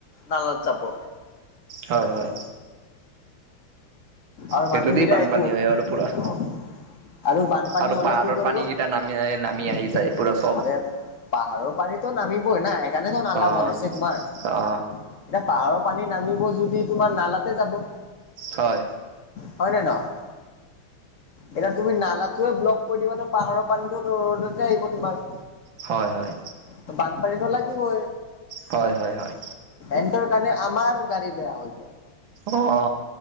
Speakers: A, on the left; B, on the right.
A: নালাত যাব।
B: হয় হয়।
A: আৰু
B: সেইটো
A: মানুহগেইটা
B: দি বানপানী
A: একো
B: হয় আৰু পুৰা
A: <unintelligible> আৰু বানপানী
B: আৰু
A: হ'লে
B: পাহাৰৰ
A: কি কৰিব?
B: পানী
A: <unintelligible>
B: কেইটা নামি নামি আহি যায় পুৰা চব
A: পাহাৰৰ পানীতো নামিবই না সেইকাৰণেতো নালা
B: অ
A: বনাইছে তোমাৰ। এতিয়া
B: অ
A: পাহাৰৰ পানী নামিব যদি তোমাৰ নালাতে যাব।
B: হয়।
A: হয় নে নহয়? এতিয়া তুমি নালাটোয়ে ব্লক কৰি দিবা ত' পাহাৰৰ পানীতো ৰদতে আহিব তোমাৰ।
B: হয় হয়।
A: ত' বানপানীত' লাগিবই।
B: হয় হয় হয়।
A: এন্টৰ কাৰণে আমাৰ গাড়ী বেয়া হৈ যায়।
B: অ-অ